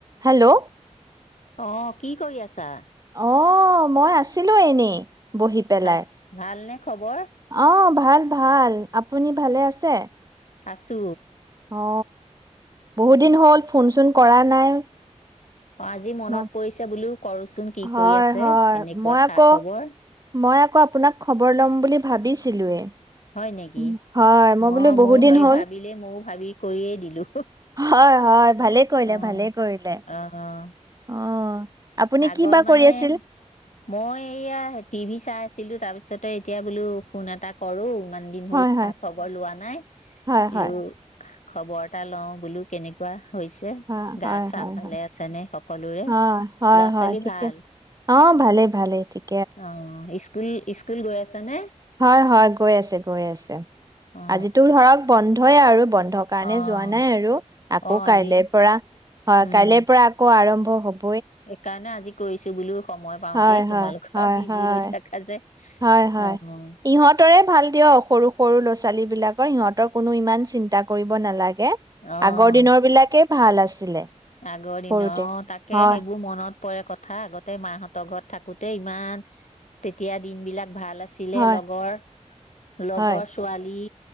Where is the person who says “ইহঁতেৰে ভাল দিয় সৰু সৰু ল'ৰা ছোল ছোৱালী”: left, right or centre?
Right